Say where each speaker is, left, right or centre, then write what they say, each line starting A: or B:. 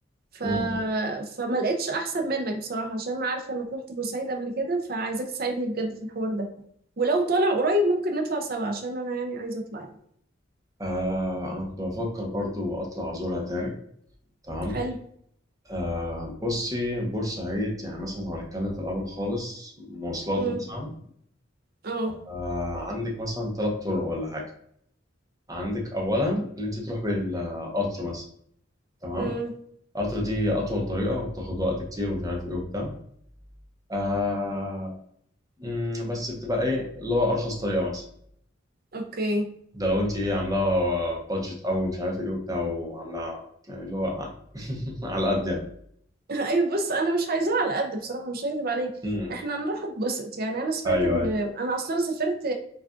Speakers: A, on the right; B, on the right.
A: ف...
B: م- م.
A: فما لقيتش احسن منك بصراحه عشان انا عارفه انك رحت بورسعيد قبل كده فعايزاك تساعدني بجد في الحوار ده ولو طالع قريب ممكن نطلع سوا عشان انا يعني عايزه اطلع يعني
B: آه أنا كنت بفكر برضو أطلع أزورها تاني تمام
A: حلو
B: آه بصي بورسعيد يعني مثلا لو هنتكلم في الأول خالص مواصلات
A: امم
B: مثلا
A: اه
B: آه عندك مثلا ثلاث طرق ولا حاجة عندك أولا إن أنت تروح بالقطر مثلا تمام
A: امم
B: القطر دي أطول طريقة وبتاخد وقت كتير ومش عارف إيه وبتاع آه م، بس بتبقى إيه اللي هو أرخص طريقة مثلا
A: اوكي
B: ده لو انت ايه عاملاها بادجت او مش عارف ايه وبتاع وعاملاها يعني اللي هو <laughs> على قد يعني
A: <laughs> ايوه بص انا مش عايزاها على قد بصراحه مش هكذب عليك
B: امم
A: احنا هنروح اتبسط يعني انا سمعت
B: ايوه
A: ان
B: ايوه
A: انا اصلا سافرت